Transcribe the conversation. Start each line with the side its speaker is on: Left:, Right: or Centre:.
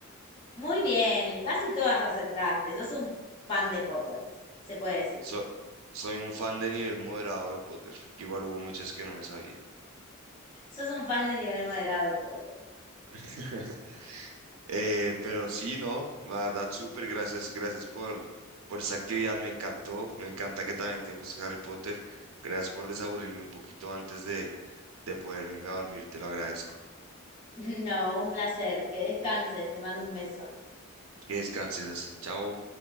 Left: muy bien. Casi todas acertaste. Sos un fan de Potter, se puede decir.
Right: So- soy un fan de nivel moderado de Potter, que igual hubo muchas que no me sabía.
Left: Sos un fan de nivel moderado de Potter.
Right: <laughs> Eh, pero sí, no, la verdad, súper, gracias, gracias por, por esa actividad, me encantó, me encanta que también te guste Harry Potter. Gracias por desaburrirme un poquito antes de, de poderme irme a dormir, te lo agradezco.
Left: <laughs> No, un placer. Que descanses. Te mando un beso.
Right: Que descanses, chao.